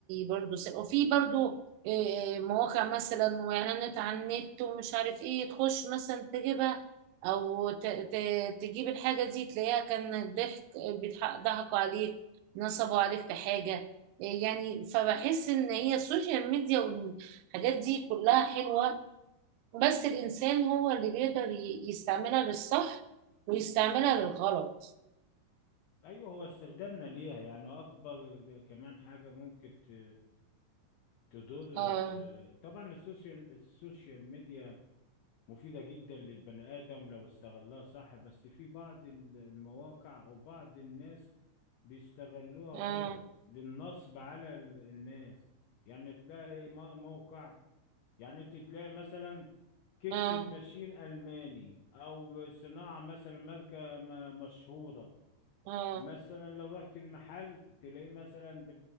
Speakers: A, on the right (about 85°); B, on the left (about 75°).
A: برضه سرقة وفي برضه آه، آه، مواقع مثلا واعلانات على النت ومش عارف ايه تخش مثلا تجيبها او ت- ت- تجيب الحاجة دي تلاقيها كان ضحك بيضحك- ضحكوا عليك نصبوا عليك في حاجة آه، يعني فبحس ان هي السوشيال ميديا والحاجات دي كلها حلوة بس الإنسان هو اللي بيقدر ي- يستعملها للصح ويستعملها للغلط
B: أيوه هو استخدامنا ليها يعني أكبر كمان حاجة ممكن ت- تضر ال-
A: اه
B: طبعا السوشيال السوشيال ميديا مفيدة جدا للبني آدم لو استغلها صح بس في بعض ال- المواقع أو بعض الناس بيستغلوها
A: اه
B: غلط للنصب على ال- الناس يعني تلاقي مو- موقع يعني انت تلاقي مثلا كيتشن
A: اه
B: ماشين ألماني أو صناعة مثلا ماركة م- مشهورة
A: اه
B: مثلا لو رحت المحل تلاقيه مثلا